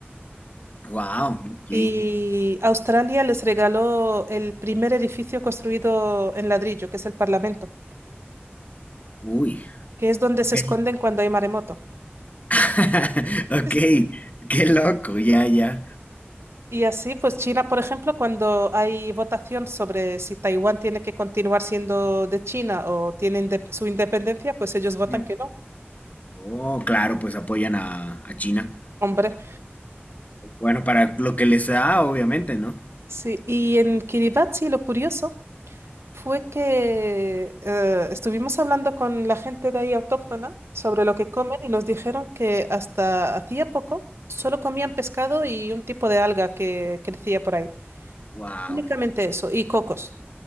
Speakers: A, on the left; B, on the right.
A: wow, ok,
B: Y Australia les regaló el primer edificio construido en ladrillo, que es el Parlamento,
A: uy,
B: que es donde
A: ok,
B: se esconden cuando hay maremoto.
A: <laughs> ok,
B: Sí, sí.
A: qué loco, ya, ya.
B: Y así, pues China, por ejemplo, cuando hay votación sobre si Taiwán tiene que continuar siendo de China o tiene inde- su independencia, pues ellos votan
A: Mm.
B: que no.
A: Oh, claro, pues apoyan a, a China.
B: Hombre.
A: Bueno, para lo que les da, obviamente, ¿no?
B: Sí, y en Kiribati lo curioso fue que eh, estuvimos hablando con la gente de ahí autóctona sobre lo que comen y nos dijeron que hasta hacía poco solo comían pescado y un tipo de alga que crecía por ahí.
A: Wow,
B: Únicamente eso, y cocos.